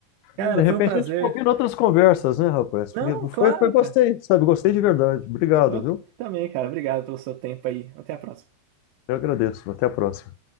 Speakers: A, on the right (about 90°); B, on the left (about 80°).
A: Cara,
B: E, de repente
A: foi um prazer.
B: a gente combina outras conversas, né, rapaz?
A: Não,
B: Porque
A: claro,
B: foi, foi, gostei,
A: cara.
B: sabe? Gostei de verdade. Obrigado,
A: Eu
B: viu?
A: também, cara. Obrigado pelo seu tempo aí. Até a próxima.
B: Eu agradeço. Até a próxima.